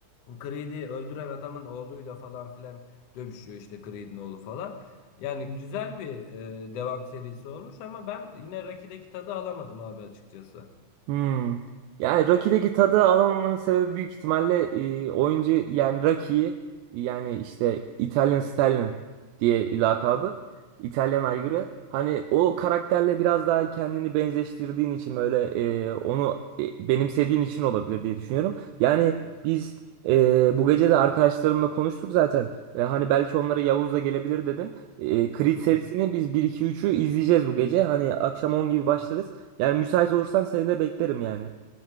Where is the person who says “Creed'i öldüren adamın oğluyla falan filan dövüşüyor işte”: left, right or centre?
Left